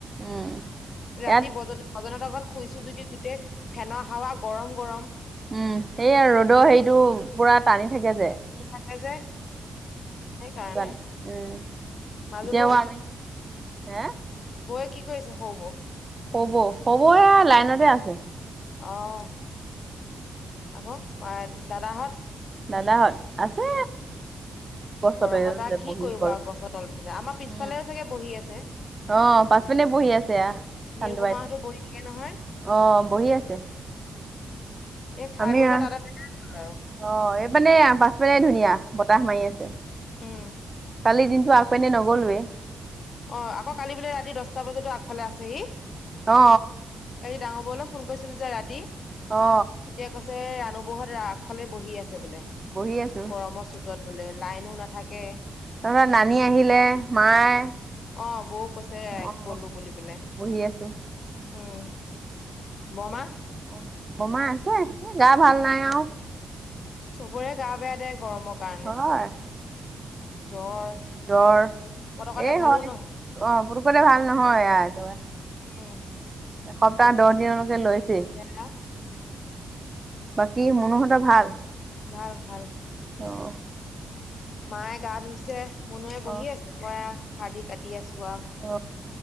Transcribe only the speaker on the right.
উম,
ইয়াত
উম এইয়া ৰ'দৰ হেৰিতটো পুৰা টানি থাকে যে,
উম।
এতিয়াও
আমি, হে?
সৰু বৌ সৰু বৌ এ লাইনতে আছে।
দাদাহত আছে। গছৰ
তলতে
বহি
গৰম,
উম।
অ পাচ পিনে বহি আছে এয়া। চান্দ
আইত,
অহ বহি আছে।
আমি
অ
অ এই পিনে পাছ পিনে ধুনীয়া বতাহ মাৰি আছে।
কালি দিনটো আগ পিনে নগ'লোৱে।
অ
অ
বহি আছো
তাৰ পৰা নানী আহিলে মায়ে
অ
বহি আছো
অ, বমা আছে। এ, গা, ভাল নাই আৰু।
আৰু হয়
জ্বৰ,
এই
হয়।
অ, পুটকতে ভাল নহয় আৰু একেবাৰে।
এসপ্তাহ,
দহ দিনলৈকে লৈছে।
বাকী মনোহতৰ ভাল।
আহ <unintelligible>
অ
অ,